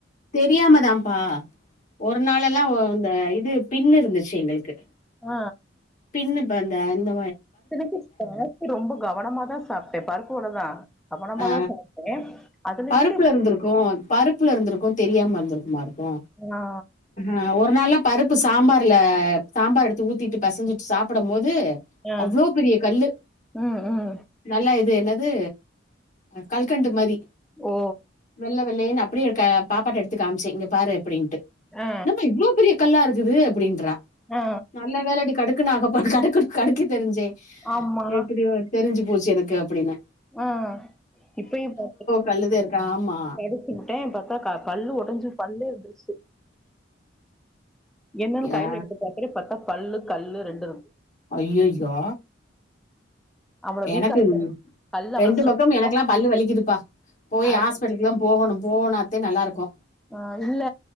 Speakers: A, on the left; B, in the centre.
A: தெரியாமதாம்ப்பா ஒரு நாளெலா அந்த இது பின் இருந்துச்சு எங்களுக்கு
B: ஆ
A: பின்னு ப்ப அந்த அந்த
B: எனக்கு சார்ஜ் ரொம்ப கவனமாதா சாப்ட்டே பருப்பு வடதா கவனமாதா
A: ஆ
B: சாப்ட்டே அதுல
A: பருப்புல
B: எப்டி இப்டி
A: இருந்துருக்கு பருப்புல இருந்துருக்கு தெரியாம இருந்திருக்குமா இருக்கு
B: ஆ
A: அ ஒரு நாள்னா பருப்பு சாம்பார் ல சாம்பார் எடுத்து ஊத்திட்டு பெசஞ்சிட்டு சாப்படம் போது
B: ஆ
A: அவ்ளோ பெரிய கல்லு
B: ம் ம்
A: நல்லா இது எல்ல து கல்கண்டு மாரி
B: ஓ
A: வெள்ள வெள்ளயேனு அப் அப்டியே இருக்க பாப்பாட்ட எடுத்து காம் ச்ச இங்க பாரு அப்டின்ட்டு
B: ஆ
A: என்னம்மா இவ்ளோ பெரிய கல்லா இருக்குது அப்படின்றா
B: ஆ
A: நல்ல வேளடி கடு க்கு நா அப்ப கடுக் கடுக்க தெரிஞ்சே
B: ஆமா
A: எப்டியோ தெரிஞ்சு போச் சு எனக்கு அப்டின்ன
B: ஆ இப்பயு பாத் <inaudible>
A: கல்லுதா இருக்கு ஆமா
B: கடிச்சு புட்டே பாத்தா க பல்லு ஒடஞ்சு பல்லே வந்துருச் சு என்னன் கைல
A: ஆ
B: எடுத்து பாக்குறே பத்தா பல்லு கல்லு ரெண்டு இருந்து
A: ஐய்யயோ
B: அவள
A: எனக்கு
B: வீக்கா இருக்க கல்லு அவள
A: ரெண்டு
B: ஸ்ட்ராங்கா
A: பக்கமு எனக்கெலா பல்லு வலிக்குதுப்பா போய்
B: அது
A: ஹாஸ்பிட்டலுக்லா போகணு போனாத்தே நல்லாருக்கு
B: ஆ இல்ல